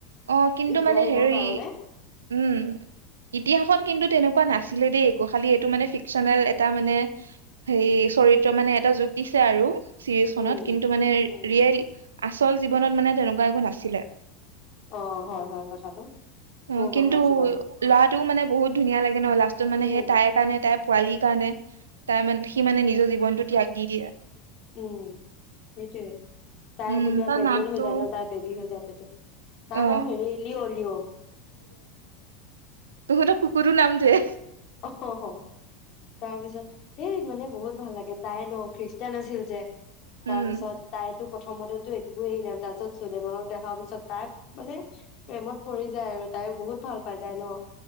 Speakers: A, on the right; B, on the left.
A: অ কিন্তু
B: ইব্ৰাহিমৰ
A: মানে হেৰি
B: কাৰণে
A: উম ইতিহাসত কিন্তু তেনেকুৱা নাছিলে দেই একো খালি এইটো মানে ফিকচনেল এটা মানে
B: উম
A: হেই চৰিত্ৰ মানে এটা জুকিছে আৰু চিৰিজ খনত
B: উম
A: কিন্তু মানে
B: উম
A: ৰিয়েল আচল জীৱনত মানে তেনেকুৱা একো নাছিলে।
B: অ হয় হয় কথাটো।
A: অ
B: ময়ো গম
A: কিন্তু
B: পাইছো বাৰু
A: ল'ৰাটোও মানে বহুত ধুনীয়া লাগে ন লাষ্টত মানে
B: উম
A: সেই তাই কাৰণে তাইৰ পোৱালি কাৰণে তাই মানে সি মানে নিজৰ জীৱনটো ত্যাগ দি দিয়ে।
B: উম সেইটোৱে তাই
A: উম
B: যেতিয়া
A: তাৰ
B: প্ৰেগনেন্ট
A: নামটো
B: হৈ যায় ন তাই বেবী হৈ যায় পেটত। তাৰ
A: অ
B: নাম হেৰি লিঅ' লিঅ'।
A: তঁহত কুকুৰ টো নাম যে
B: অহ হ হ' তাৰপিছত এই মানে বহুত ভাল লাগে, তাই ন' খ্ৰী খ্ৰীষ্টিয়ান আাছিল যে
A: উম
B: তাৰপিছত তাইতো প্ৰথমতেটো একোয়েই নাই তাৰপিছত চুলমনক দেখাৰ পিছত তাই মানে প্ৰেমত পৰি যায় আৰু তাইও বহুত ভাল পাই যায় ন'?